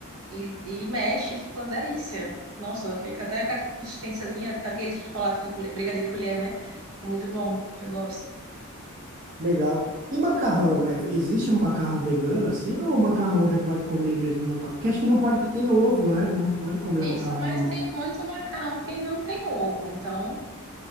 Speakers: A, on the right (about 80°); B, on the right (about 40°).
A: e, e mexe, fica uma delícia. Nossa, fica até com a consistênciazinha, fica aquele chocolate de colher, brigadeiro de colher, né? é muito bom, eu gosto.
B: Legal. E macarrão? É, Existe macarrão vegano assim? Ou macarrão já pode comer mesmo normal? Porque acho que não pode que tem ovo, né? Não pode comer
A: Isso,
B: o macarrão
A: mas
B: normal.
A: tem muito macarrão que não tem ovo, então